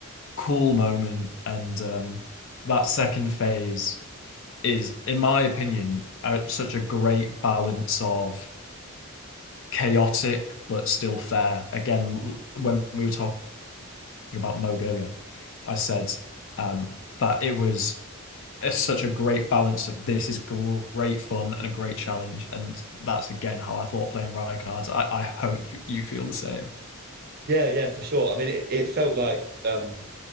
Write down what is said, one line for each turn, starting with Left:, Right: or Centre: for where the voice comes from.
Left: cool moment, and um, that second phase. is, in my opinion, uh, such a great balance of chaotic but still fair. Again, when we were talking about Moog earlier, I said um, that it was a- such a great balance of this is great fun and a great challenge, and that's again how I thought playing Rykards. I, I hope you feel the same. <laughs>
Right: Yeah, yeah, for sure. I mean it, it felt like um